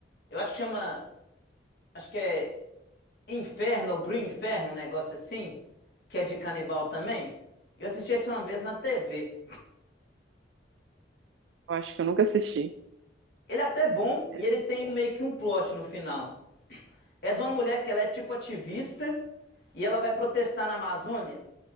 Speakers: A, on the left; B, on the right.
A: Eu acho que chama. Acho que é Inferno ou Green Inferno, um negócio assim. Que é de canibal também. Eu assisti esse uma vez na TV.
B: eu acho que eu nunca assisti.
A: Ele é até bom
B: Esse
A: e ele tem meio que um plot no final. É de uma mulher que ela é tipo ativista e ela vai protestar na Amazônia.